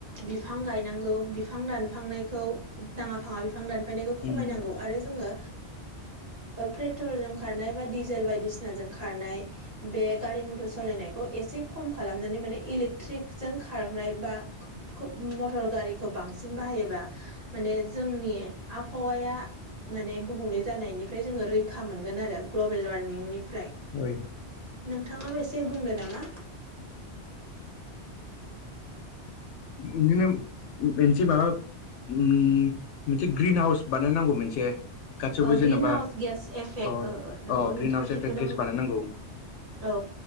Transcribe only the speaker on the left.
उम
<unintelligible>
बिदिनो मोनसे माबा उम मोनसे ग्रिन हाउस बानायनांगौ मोनसे गासैबो
जेनेबा
अ
अ ग्रिन
हाउस
एफेक्ट गेस बानायनांगौ